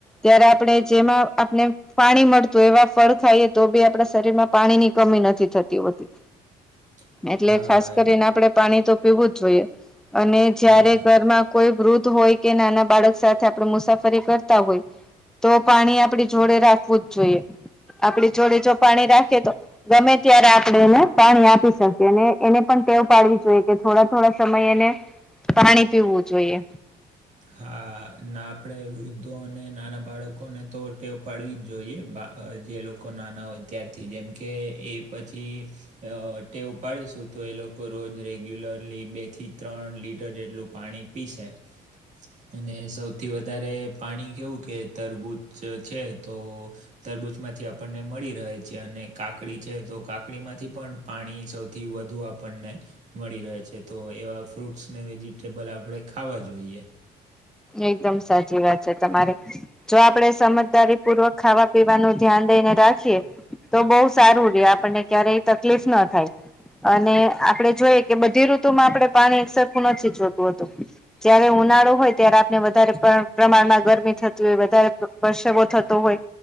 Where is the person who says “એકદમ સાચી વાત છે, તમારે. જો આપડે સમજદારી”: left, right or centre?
Centre